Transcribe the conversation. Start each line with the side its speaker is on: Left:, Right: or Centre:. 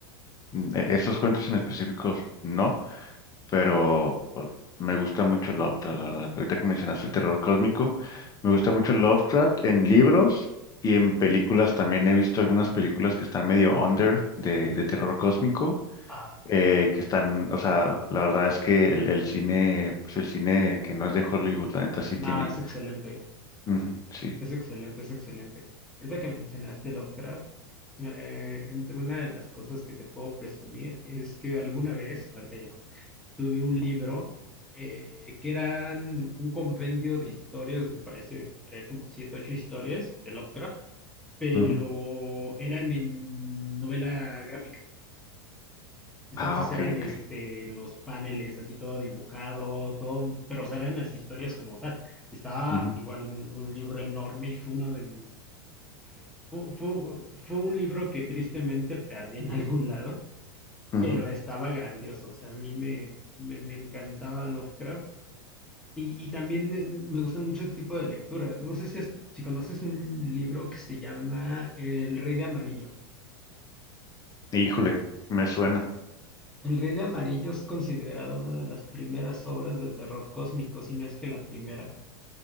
Left: mm, e- esos cuentos en específicos no, pero pues, me gusta mucho Lovecraft, la verdad. Ahorita que mencionaste el terror cósmico, me
Centre: Ajá,
Left: gusta mucho Lovecraft en libros y en películas también he visto algunas películas que están medio under de, de terror cósmico,
Centre: ajá.
Left: eh, que están, o sea, la verdad es que el, el cine, pues el cine que no es de Hollywood, la neta sí tiene.
Centre: No, es excelente,
Left: Ujú, sí.
Centre: es excelente, es excelente. Ahorita que mencionaste Lovecraft, eh, entre una de las cosas que te puedo presumir es que alguna vez, ahorita ya no, tuve un libro eh, que eran un compendio de historias, me parece, traía como siete, ocho historias de Lovecraft, pero
Left: ujú.
Centre: eran en novela gráfica. Entonces
Left: Ah, ok,
Centre: eran
Left: ok.
Centre: este los paneles así todo dibujado, todo, pero o sea, eran las historias como tal. Estaba
Left: Ujú,
Centre: igual un, un libro enorme y fue uno de mis eh, fu- fu- fue, un libro que tristemente perdí en <laughs> algún lado,
Left: ujú.
Centre: pero estaba grandioso. O sea, a mí me, me, me encantaba Lovecraft y, y también es- me gustan mucho este tipo de lecturas. No sé si, has- si conoces un libro que se llama El Rey de Amarillo.
Left: Híjole, me suena.
Centre: El Rey de Amarillo es considerado una de las primeras obras de terror cósmico, si no es que la primera.